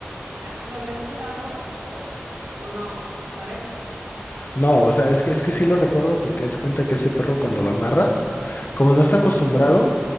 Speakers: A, on the right; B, on the left.
A: ah, ¿lo habré soltado o, o no? ¿Sabes?
B: no, o sea, es que, es que sí lo recuerdo porque hace cuenta que ese perro cuando lo amarras, como no está acostumbrado,